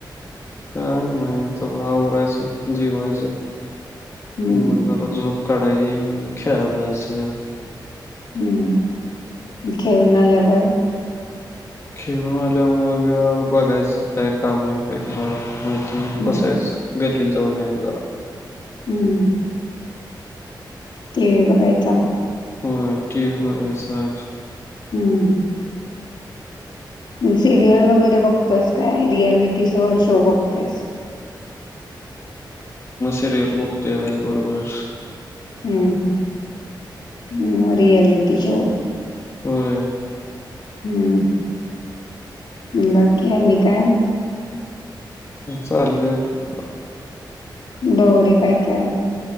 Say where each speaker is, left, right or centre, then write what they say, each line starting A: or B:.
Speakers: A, on the left; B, on the left.
A: काय नाही आता आवरायचं, जेवायचं,
B: हम्म,
A: मग जरा झोप काढायची मग खेळायला जायचं.
B: हम्म. खेळून आल्यावर?
A: खेळून आल्यावर मग बघायचं काय काम आहे काय घरात. मग तून
B: हम्म,
A: बसायचं गल्लीत जाऊन एक जरा.
B: हम्म हम्म. टेव्ही बघायचा.
A: होय टीव्ही बघायचा.
B: हम्म हम्म. सिरियल वगैरे बघतोस काय? रियालिटी शो शो बघतोयेस?
A: सिरीयल बघतोय आई बरोबर
B: हम्म हम् ह् रियालिटी शो
A: होय
B: हम् ह बाकी आनी काय
A: चाललय आपल
B: दोरे काय काय